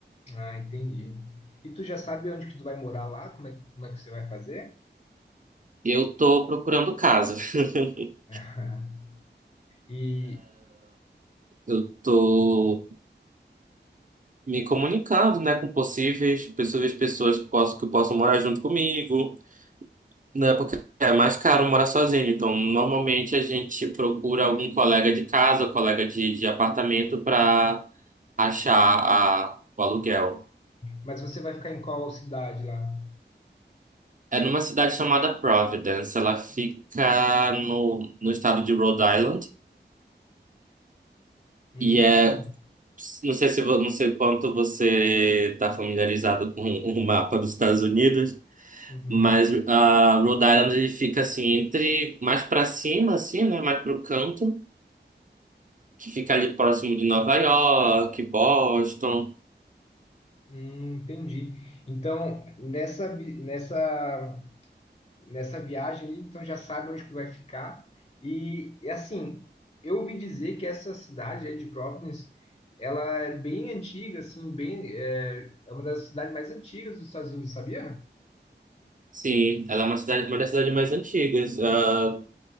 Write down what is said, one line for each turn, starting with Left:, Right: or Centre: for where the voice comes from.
Left: Ah, entendi. E tu já sabe onde que tu vai morar lá? Como é, como é que você vai fazer?
Right: Eu tô procurando casa. <laughs>
Left: <laughs> E,
Right: Eu tô me comunicando, né, com possíveis, possíveis pessoas que possam, que possam morar junto comigo, né, porque é mais caro morar sozinho. Então, normalmente a gente procura algum colega de casa, colega de, de apartamento para achar a, o aluguel.
Left: mas você vai ficar em qual cidade lá?
Right: É numa cidade chamada Providence, ela fica no, no estado de Rhode Island
Left: Hum,
Right: e é não sei se vo- não sei quanto você está familiarizado com o mapa dos Estados Unidos,
Left: uhum.
Right: Mas a Rhode Island ele fica assim entre mais pra cima assim, né, mais pro canto, que fica ali próximo de Nova York, Boston.
Left: Hum, entendi. Então, nessa, vi- nessa, nessa viagem ali, então já sabe onde que tu vai ficar. E, e, assim, eu ouvi dizer que essa cidade aí de Providence, ela é bem antiga, assim, bem, é, é uma das cidades mais antigas dos Estados Unidos, sabia?
Right: Sim, ela é uma cidade, uma das cidades mais antigas, ah,